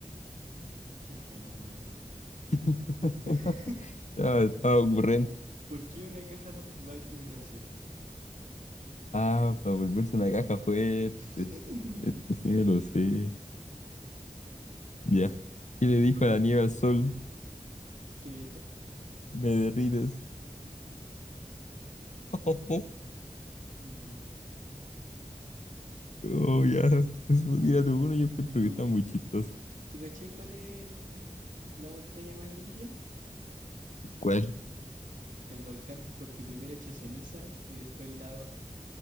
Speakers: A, on the right (about 80°); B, on the left (about 65°).
A: <laughs> Qué fome, weón.
B: <laughs>
A: <laughs>
B: Estaba, estaba ocurrente.
A: ¿Por qué una caja va al gimnasio?
B: Ah, para volverse una caja fuerte.
A: <laughs>
B: Este sí me lo sé. Ya. ¿Qué le dijo la nieve al sol?
A: ¿Qué le dijo?
B: Me derrites. <laughs>
A: No.
B: Oh, ya. Eso, tírate uno, yo encuentro
A: ¿Tú,
B: que está muy
A: tú,
B: chistoso.
A: tú cachai cuál es el- la montaña más limpia?
B: ¿Cuál?
A: El volcán, porque primero echa ceniza y después lava.